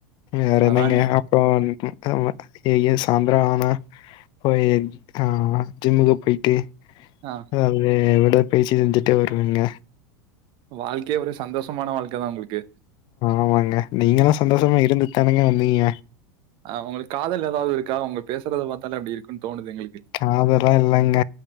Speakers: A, on the left; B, on the right.
A: வேற என்னங்க
B: அதாங்க
A: இப்ப ம் ம் ஏ ஏ சாய்ந்த்ரோ ஆனா போயி ஆ ஜிம்முக்கா போய்ட்டு
B: அ
A: வந்து எங்கூட பேசி இருந்துட்டு வருவேங்க
B: வாழ்க்கையே ஒரு சந்தோஷமான வாழ்க்க தா உங்குளுக்
A: ஆமாங்க நீங்கள்லா சந்தோஷமா இருந்து தானுங்க வந்தீங்க
B: ஆ உங்களுக் காதல் எதாவ்து இருக்கா அவங்க பேசறத பாத்தாலே அப்டி இருக்கு டின் தோணுது எங்குளுக்கு
A: காதெல்லா இல்லங்க